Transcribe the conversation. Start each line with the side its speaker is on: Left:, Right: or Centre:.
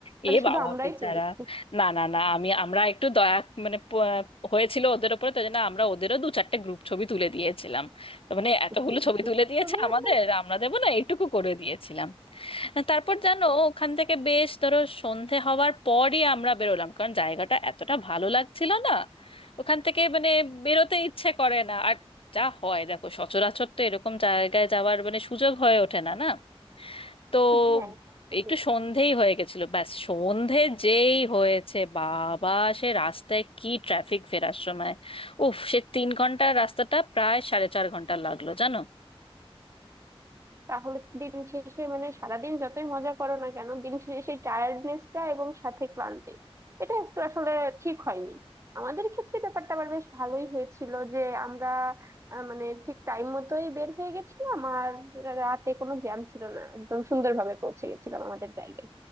Left: এ
Right: মানে শুধু
Left: বাবা
Right: আমরাই
Left: বেচারা
Right: তুলেছি
Left: না না না আমি আমরা একটু দয়া মানে প- হয়েছিল ওদের ওপরে তাই জন্য আমরা ওদেরও দু চারটে গ্রুপ ছবি তুলে দিয়েছিলাম তো মানে এতগুলো
Right: group
Left: ছবি তুলে দিয়েছে
Right: ছবি
Left: আমাদের
Right: আমরা
Left: আমরা দেবো না এইটুকু করে দিয়েছিলাম তারপর জানো ওখান থেকে বেশ ধরো সন্ধে হওয়ার পরই আমরা বেরোলাম কারণ জায়গাটা এতটা ভালো লাগছিল না ওখান থেকে মানে বেরোতে ইচ্ছে করে না আর যা হয় দেখো সচরাচর তো এরকম জায়গায় যাওয়ার মানে সুযোগ হয়ে ওঠে না না তো
Right: হ্যাঁ তা ঠিক।
Left: একটু সন্ধেই হয়ে গেছিল ব্যাস সন্ধে যেই হয়েছে বাবা সে রাস্তায় কি ট্রাফিক ফেরার সময় উফ সে তিন ঘন্টার রাস্তাটা প্রায় সাড়ে চার ঘন্টা লাগলো জানো
Right: তাহলে দিন শেষে মানে সারাদিন যতই মজা করো না কেন দিন শেষে সেই টায়ার্ডনেসটা এবং সাথে ক্লান্তি এটা একটু আসলে ঠিক হয়নি আমাদের ক্ষেত্রে ব্যাপারটা আবার বেশ ভালোই হয়েছিল যে আমরা আহ, মানে ঠিক টাইম মতোই বের হয়ে গেছিলাম আর রাতে কোনো জ্যাম ছিল না একদম সুন্দরভাবে পৌঁছে গেছিলাম আমাদের জায়গায়